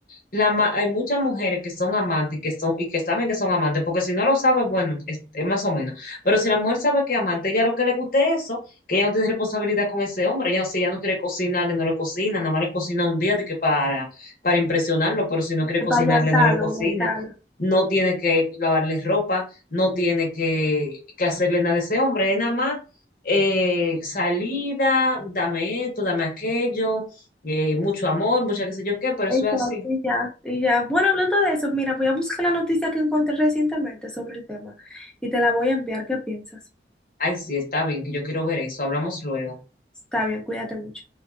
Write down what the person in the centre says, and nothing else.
Para
allantarlo,
allantarlo.
Exacto,
y ya, y ya. Bueno, hablando de eso, mira, voy a buscar la noticia que encontré recientemente sobre el tema y te la voy a enviar. ¿Qué piensas?
Está bien, cuídate mucho.